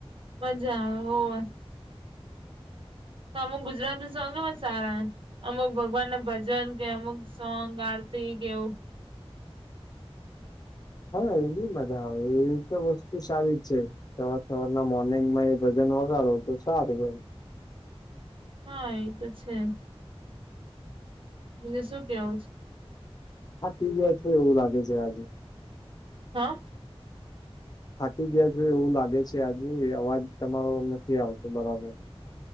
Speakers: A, on the right; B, on the left.
A: મજા આવ હોવ. તો અમુક ગુજરાતી સોંગ એ પણ સારા અમુક ભગવાન ના ભજન કે અમુક સોંગ આરતી કે એવું
B: હા એ બી મજા આવે એવી તો વસ્તુ સારી જ છે. સવાર સવાર ના મોર્નિંગ માં એ ભજન વગાડો તો સારું એમ.
A: હા એ તો છે. બીજું શું કેવું છ.
B: હટી ગયા છે એવું લાગે છે આજે.
A: હા.
B: થાકી ગયા છે એવું લાગે છે આજે અવાજ તમારો નથી આવતો બરાબર.